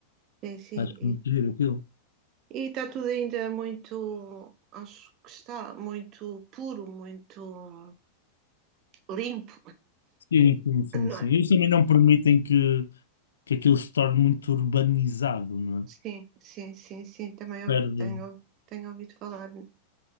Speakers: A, on the right (about 35°); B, on the left (about 70°).
A: Sim, sim.
B: Acho
A: E
B: muito giro aquilo.
A: e está tudo ainda muito. Acho que está muito puro, muito limpo,
B: Sim, sim, sim,
A: não
B: sim.
A: é?
B: Eles também não permitem que, que aquilo se torne muito urbanizado, não
A: Sim,
B: é?
A: sim, sim, sim. Também
B: Perde.
A: ouvi- tenho, tenho ouvido falar.